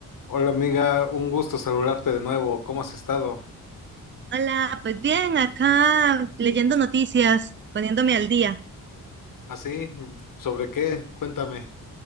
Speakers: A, on the left; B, on the right.
A: Hola amiga, un gusto saludarte de nuevo. ¿Cómo has estado?
B: Hola, pues bien, acá leyendo noticias, poniéndome al día.
A: ¿Así? ¿Sobre qué? Cuéntame.